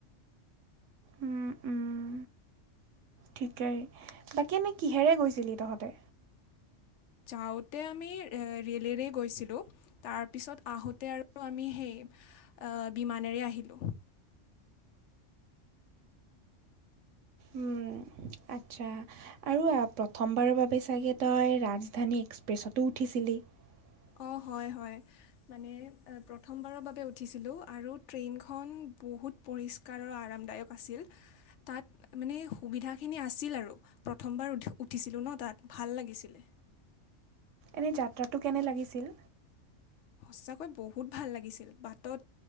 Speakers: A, on the right; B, on the left.
A: উম, উম, ঠিকেই, বাকী এনেই কিহেৰে গৈছিলি তহঁতে?
B: যাওঁতে আমি ৰে'লেৰে গৈছিলোঁ, তাৰপিছত আহোঁতে আৰু আমি সেই আহ বিমানেৰে আহিলোঁ।
A: উম, আচ্ছা। আৰু প্ৰথমবাৰৰ বাবে চাগে তই ৰাজধানী এক্সপ্ৰেছতো উঠিছিলি? <inaudible>
B: অঁ হয়, হয় মানে প্ৰথমবাৰৰ বাবে উঠিছিলোঁ, আৰু ট্ৰেইনখন বহুত পৰিষ্কাৰ আৰু আৰামদায়ক আছিল, তাত মানে সুবিধাখিনি আছিল আৰু। প্ৰথমবাৰ উঠিছিলোঁ ন তাত ভাল লাগিছিলে।
A: এনেই যাত্ৰাটো কেনে লাগিছিল?
B: সঁচাকৈ বহুত ভাল লাগিছিল, বাটত